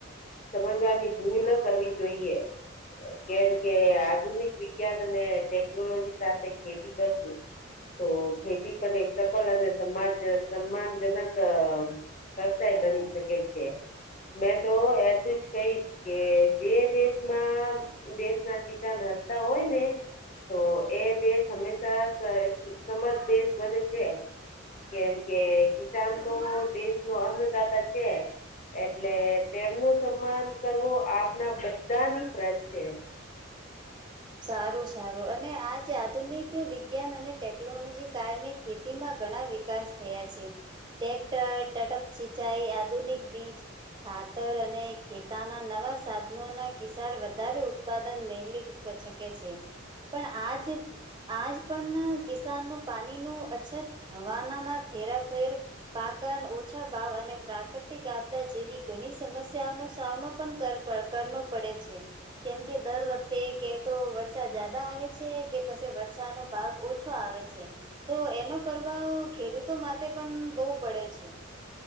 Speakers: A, on the left; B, on the right.
A: સમજવાની ભૂલ ન કરવી જોઈએ કેમ કે આધુનિક વિજ્ઞાન અને ટેકનોલોજી સાથે ખેતી કરશું. તો ખેતી પણ એક સફળ અને સમાજ સન્માનજનક કસાઈ બની શકે છે. મેં તો એલું જ કહીશ કે જે દેશમાં કિચન હતા હોય ને તો એ દેશ હમેશા સમર્થ દેશ બને છે કેમ કે કિસાન
B: મમ્મા
A: તો દેશ ન અન્નદાતા છે. એટલે તેમનું સન્માન કરવો આપના બધાની ફરજ છે.
B: સારું સારું અને આજ આધુનિક વિજ્ઞાન અને ટેકનોલોજી કારણે ખેતીમાં ઘણા વિકાસ થયા છે. ટટેક્ટર ટટઅપ સિંચાઈ આધુનિક બીજ ખાતર અને ખેતાના નવા સાધનોના કિસ્સાર વધારે ઉત્પાદન મેળલી શકે છે પણ આજ આજ પણ કિસાનનું પાણીનું અછત હવાનામાં ફેરાફેર પાકન ઓછા ભાવ અને પ્રાકૃતિક આપદા જેવી ઘણી સમસ્યાઓનો સામનો કર પડે છે કેમ કે દર વખતે કે તો વરસાદ જ્યાદા આવે છે કે પછી વરષાનો ભાગ ઓછો આવે છે. તો એનો પ્રભાવ ખેડૂતો માટે પણ બહુ પડે છે.